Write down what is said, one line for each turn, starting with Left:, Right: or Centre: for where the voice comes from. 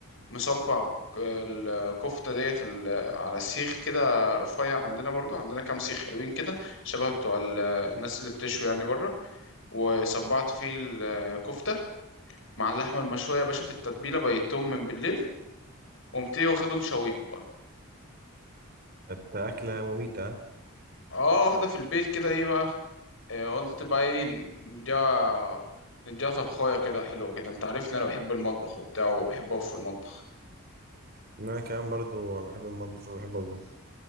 Left: مصبع الكفتة ديت ال- على السيخ كده رفيع عندنا برضو عندنا كام سيخ حلوين كده شبه بتوع ال- الناس اللي بتشوي يعني بره وصبعت فيه الكفتة مع اللحمة المشوية يا باشا في التتبيلة بيتهم من بالليل قمت ايه واخدهم شويهم بقى
Right: كانت اكله مميته
Left: اه واحدة في البيت كده ايه بقى آه قلت بقى ايه نديها نديها طبخاية كده حلوة كده انت عارفني انا بحب المطبخ وبتاع وبحب اقف في المطبخ
Right: انا كمان برضو بحب المطبخ وبحب اطبخ